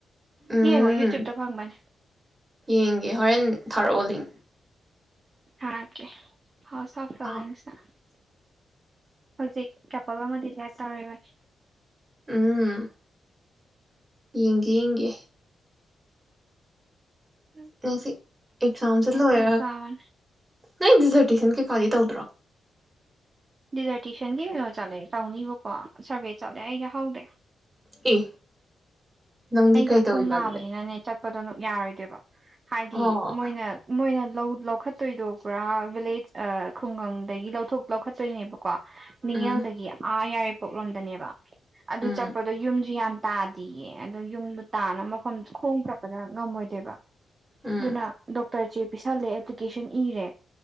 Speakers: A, on the right (about 20°); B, on the right (about 35°).
A: ꯎꯝ
B: ꯌꯦꯡꯉꯣ ꯌꯨꯇ꯭ꯌꯨꯕꯇ ꯐꯪꯕꯅꯦ
A: ꯌꯦꯡꯒꯦ ꯍꯣꯔꯦꯟ ꯊꯥꯔꯛꯑꯣꯂꯤꯡ
B: ꯊꯥꯔꯛꯀꯦ ꯍꯥꯎ <unintelligible>
A: ꯑ
B: ꯍꯧꯖꯤꯛ ꯀꯦꯄꯜ ꯑꯃꯗꯤ ꯂꯦꯞ ꯇꯥꯔꯣꯏꯕꯅꯤ
A: ꯎꯝ ꯌꯦꯡꯒꯦ ꯌꯦꯡꯒꯦ
B: ꯎꯝ
A: ꯍꯧꯖꯤꯛ ꯑꯦꯖꯥꯝ ꯁꯦ ꯂꯣꯏꯔ
B: ꯐꯖꯕꯅꯦ
A: ꯅꯣꯢ ꯗꯤꯖꯥꯔꯗꯦꯁꯟ ꯀꯗꯤ ꯇꯧꯗ꯭ꯔꯣ
B: ꯗꯤꯖꯔꯇꯦꯁꯟꯒꯤ ꯀꯩꯅꯣ ꯆꯠꯂꯦ ꯇꯧꯅꯤꯕꯀꯣ ꯁꯔꯚꯦ ꯆꯠꯂꯦ ꯑꯩꯒꯤ ꯍꯧꯗꯦ
A: ꯑꯦ ꯅꯪꯗꯤ
B: ꯑꯩꯗꯣ
A: ꯀꯩꯗꯧꯔꯤꯕ
B: ꯈꯣꯡ ꯅꯥꯕꯅꯤꯅꯅꯦ
A: ꯑꯗꯨꯗꯤ
B: ꯆꯠ ꯗꯣꯅ ꯌꯥꯔꯣꯏꯗꯦꯕ ꯍꯥꯏꯗꯤ
A: ꯑꯣ
B: ꯃꯣꯏꯅ ꯃꯣꯏꯅ ꯂꯧꯈꯠꯇꯣꯏꯗꯣ ꯄꯨꯔꯥ ꯚꯤꯂꯦꯖ ꯈꯨꯡꯒꯪꯗꯒꯤ ꯂꯧꯊꯣꯛ ꯂꯧꯈꯠꯇꯣꯏꯅꯦꯕ ꯀꯣ ꯅꯤꯡꯉꯦꯜꯗꯒꯤ
A: ꯎꯝ
B: ꯑꯥ ꯌꯥꯔ ꯄꯣꯛꯂꯣꯝꯗꯅꯦꯕ ꯑꯗꯨ
A: ꯎꯝ
B: ꯆꯠꯄꯗꯣ ꯌꯨꯝꯁꯨ ꯌꯥꯝ ꯇꯥꯗꯌꯦ ꯑꯗ ꯌꯨꯝꯗꯣ ꯇꯥꯅ ꯃꯐꯝ ꯈꯣꯡ ꯆꯠꯄꯗ ꯉꯝꯃꯣꯏꯗꯦꯕ
A: ꯎꯝ
B: ꯑꯗꯨꯅ ꯗꯣꯛꯇꯔ ꯖꯤꯞ ꯄꯤꯁꯜꯂꯦ ꯑꯦꯄ꯭ꯂꯤꯀꯦꯁꯟ ꯏꯔꯦ